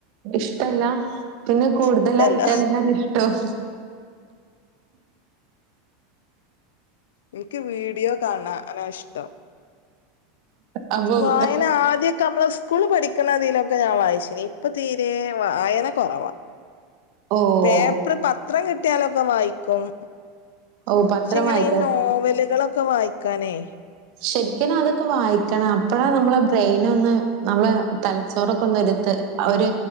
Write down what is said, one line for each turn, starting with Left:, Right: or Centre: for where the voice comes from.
Right: ഇഷ്ടല്ല പിന്നെ കൂടുതലായിട്ടെന്താണ്
Left: ഇഷ്ടല്ല
Right: ഇഷ്ടം.
Left: ഇന്ക്ക് വീഡിയോ കാണാനാ ഇഷ്ടം.
Right: അപ്പം
Left: വായന ആദ്യക്കെ നമ്മളെ സ്കൂ സ്കൂള് പഠിക്ക്ണാതിലൊക്കെ ഞാൻ വായിചീനു ഇപ്പൊ തീരെ വായന കൊറവാ
Right: ഓഹ്.
Left: പേപ്പർ പത്രം കിട്ടിയാലൊക്കെ വായിക്കും.
Right: ഓഹ്
Left: പക്ഷെ
Right: പത്രം
Left: ഇങ്ങനെ
Right: വായിക്ക
Left: ഈ നോവലുകളൊക്കെ വായിക്കാനേ
Right: ശെരിക്ക്നും അതൊക്കെ വായിക്കണം അപ്പഴ നമ്മളെ ബ്രെയ്നൊന്ന് നമ്മളെ തലച്ചോറൊക്കൊന്ന് എട്ത്ത് ഒരു